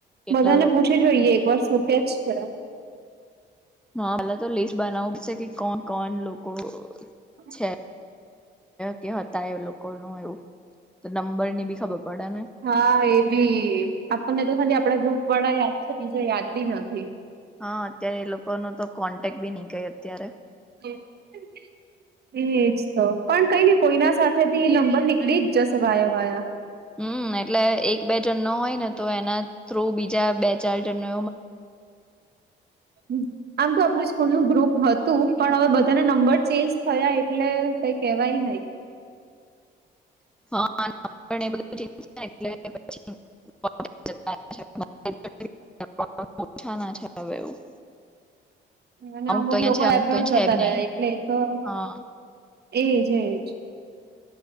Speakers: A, in the centre; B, on the right.
A: કેટલા
B: બધાને પૂછી જોઈએ એક વાર શું કે છે.
A: હ પેલા તો લિસ્ટ બનાવું છે, કે કોણ કોણ લોકો
B: <inaudible>
A: છે કે હતા એ લોકોનું એવું તો નંબરની બી ખબર પડે ને
B: હા એ બી આપણને તો ખાલી આપડા ગ્રુપ વાળા યાદ છે બીજા યાદ બી નથી.
A: હા અત્યારે એ લોકોનો તો કોન્ટેક બી નહી કઈ અત્યારે
B: <inaudible> એજ તો પણ કઈ ને કોઈના સાથે થી નંબર નીકળી જ જશે વાયા વાયા
A: હમ એટલે એક બે જણનો હોય, ને તો એના થ્રુ બીજા બે ચાર જણનો
B: હમ્મ આમ તો આપણું સ્કૂલ નું ગ્રુપ હતુ, પણ હવે બધાના નંબર ચેન્જ થયા એટલે કઈ કેવાય નહી.
A: <unintelligible> <inaudible>
B: અને અમુક
A: તો અહિયાં
B: લોકો
A: છે અમુક
B: એબ્રોડ
A: તો
B: જતા
A: છે બી
B: રહ્યા
A: નહી
B: એટલે એતો,
A: હા
B: એજ એજ.